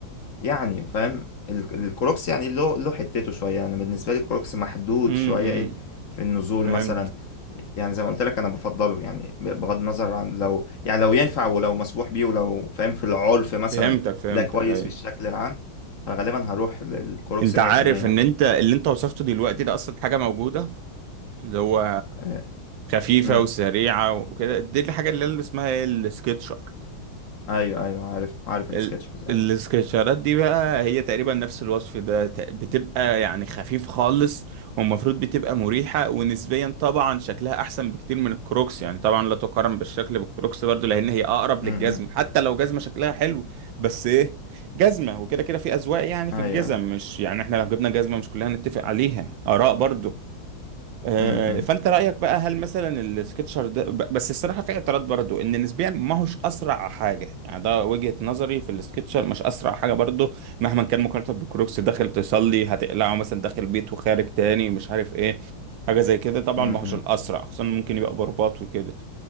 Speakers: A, on the left; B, on the right.
A: يعني فاهم ال- الكروكس يعني له له حتته شويه انا بالنسبه لي الكروكس محدود
B: امم
A: شويه ايه في النزول
B: فهمت
A: مثلا يعني زي ما قلت لك انا بفضله يعني ب- بغض النظر عن لو يعني لو ينفع ولو مسموح بيه ولو فاهم في العرف مثلا
B: فهمتك فهمتك
A: ده كويس
B: ايوه
A: في الشكل العام فغالبا هروح للكروكس
B: انت
A: 100%
B: عارف
A: يعني
B: ان انت اللي انت وصفته دلوقتي ده اصلا حاجة موجودة اللي هو
A: آه،
B: خفيفة
A: أمم.
B: وسريعة وكده دي الحاجة اللي اسمها ايه السكتشر
A: ايوه ايوه عارف عارف السكتش
B: ال...
A: بس ايوه
B: السكتشرات دي بقى هي تقريبا نفس الوصف ده ت- بتبقى يعني خفيف خالص والمفروض بتبقى مريحة ونسبيا طبعا شكلها احسن بكتير من الكروكس يعني طبعا لا تقارن بالشكل بالكروكس برضو لان هي اقرب
A: أمم،
B: للجزمة
A: أمم.
B: حتى لو جزمة شكلها حلو بس ايه جزمة وكده كده في اذواق يعني في
A: ايوه
B: الجزم
A: ايوه
B: مش يعني احنا لو جبنا جزمة مش كلنا هنتفق عليها اراء برضو آه،
A: أمم، أمم،
B: فانت رايك بقى هل مثلا السكتشر ده ب- بس الصراحه في اعتراض برضو ان نسبيا ما هوش اسرع حاجه يعني ده وجهه نظري في السكتشر مش اسرع حاجه برضو مهما كان مقارنه بالكروكس داخل تصلي هتقلعه مثلا داخل بيت وخارج تاني مش عارف ايه حاجه زي كده طبعا
A: أمم،
B: ما هوش
A: أمم.
B: الاسرع خصوصا ممكن يبقى برباط وكده